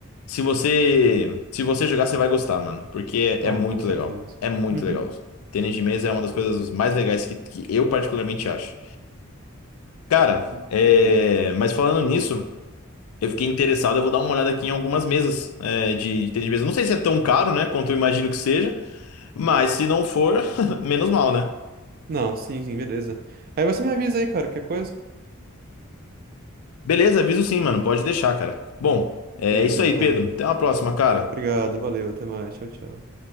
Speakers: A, on the left; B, on the right.
A: se você se você jogar, você vai gostar, mano, porque é,
B: Não,
A: é muito
B: com certeza.
A: legal. É muito
B: Uhum.
A: legal. Tênis de mesa é uma das coisas mais legais que, que eu particularmente acho. Cara,
B: Com
A: é,
B: certeza.
A: mas falando nisso, eu fiquei interessado, eu vou dar uma olhada aqui em algumas mesas é, de, de tênis de mesa. Não sei se é tão caro, né, quanto eu imagino que seja. Mas se não for, <laughs> menos mal, né?
B: Não, sim, sim, beleza. Aí você me avisa aí, cara, qualquer coisa?
A: Beleza, aviso sim, mano. Pode deixar, cara. Bom, é
B: Beleza,
A: isso
B: Natan.
A: aí, Pedro. Até uma próxima, cara.
B: Obrigado, valeu, até mais, tchau, tchau.